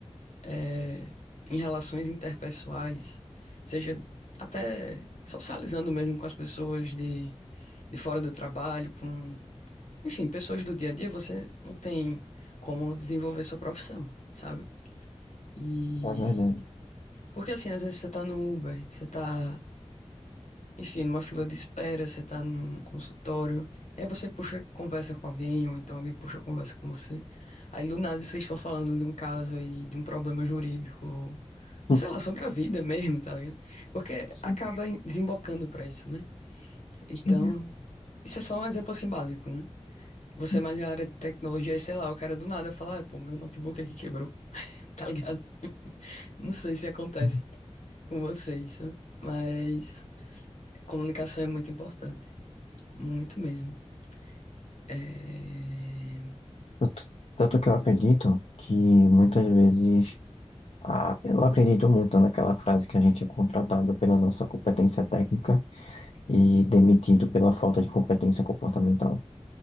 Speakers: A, on the left (about 85°); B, on the left (about 65°).
A: eh, em relações interpessoais, seja até socializando mesmo com as pessoas de, de fora do trabalho, com, enfim, pessoas do dia a dia, você não tem como desenvolver sua profissão. sabe? E
B: É verdade.
A: porque assim, às vezes você tá no Uber, você tá, enfim, numa fila de espera, você tá num consultório, e aí você puxa conversa com alguém, ou então alguém puxa conversa com você. Aí do nada vocês estão falando de um caso aí, de um problema jurídico,
B: <laughs>
A: sei lá, sobre a vida mesmo, tá ligado? Porque
B: Sim,
A: acaba em- desembocando pra isso, né? Então,
B: sim,
A: isso é só um exemplo assim básico, né? Você
B: sim,
A: é mais da área de tecnologia, e sei lá, o cara do nada fala, ah, pô, meu notebook aqui quebrou, <laughs> tá ligado? Não sei se acontece.
B: sim.
A: com vocês, né? mas comunicação é muito importante, muito mesmo. É,
B: Tanto tanto que eu acredito que muitas vezes. Ah, eu acredito muito naquela frase que a gente é contratado pela nossa competência técnica e demitido pela falta de competência comportamental,